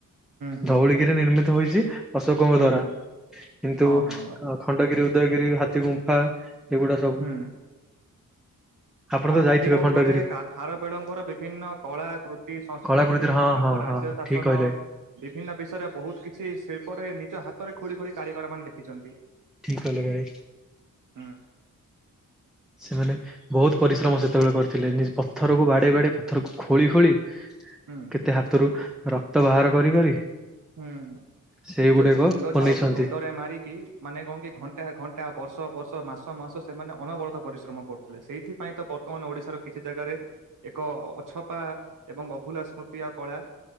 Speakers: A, on the right (about 75°); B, in the centre.
A: ହୁଁ
B: ଧଉଳି ନିର୍ମିତ ହେଛି ଅଶୋକଙ୍କ
A: ହୁଁ
B: ଦ୍ଵାରା କିନ୍ତୁ
A: ହଁ ହଁ ଭାଇ
B: ଖଣ୍ଡଗି ଗିରି ଉଦୟଗିରି ହାତୀ ଗୁମ୍ଫା ସେଗୁଡା ସବୁ
A: ହୁଁ।
B: ଆପଣ
A: ଆଉ
B: ତ
A: ହାତୀ
B: ଯାଇଥିବେ
A: ଗୁମ୍ଫାରେ
B: ଖଣ୍ଡଗିରି
A: ଖାରବେେଳଙ୍କର ବିଭିନ୍ନ କଳା କୃତି ସଂସ୍କୃତି
B: କଳାକୃତିର
A: ଏବଂ
B: ହଁ
A: ତାଙ୍କ
B: ହଁ
A: ରାଜ୍ୟ
B: ହଁ
A: ଶାସନ
B: ଠିକ କହିଲେ
A: ବିଭିନ୍ନ ବିଷୟରେ ବହୁତ କିଛି ଶିଳ୍ପରେ ନିଜ ହାତରେ ଖୋଳି ଖୋଳି କାରିଗର ମାନେ ଲେଖିଛନ୍ତି
B: ଠିକ କଲେ ଭାଇ,
A: ହୁଁ
B: ସେମାନେ ବହୁତ ପରିଶ୍ରମ ସେତେବେଳେ କରିଥିଲେ ପଥରକୁ ବାଡେଇ ବାଡେଇ ପଥରକୁ ଖୋଳି ଖୋଳି
A: ହୁଁ
B: କେତେ ହାତରୁ ରକ୍ତ ବାହାର କରି କରି
A: ହୁଁ।
B: ସେଇଗୁଡାକ
A: ନିଜ ତୁ ମୁଣ୍ଡ
B: ବନେଇଛନ୍ତି
A: ଝାଳକୁ ତୁଣ୍ଡରେ ମାରିକି ମାନେ କଣ କି ଘଣ୍ଟ ଘଣ୍ଟା ଘଣ୍ଟା ବର୍ଷ ବର୍ଷ ମାସ ମାସ ସେମାନେ ଅନବରତ ପରିଶ୍ରମ କରୁଥିଲେ ସେଇଥିପାଇଁ ତ ବର୍ତ୍ତମାନ ଓଡିଶାର କିଛି ଜାଗାରେ ଏକ ଅ ଅଛପା ଏବଂ ଅଭୁଲା ସ୍ମୃତି କଳା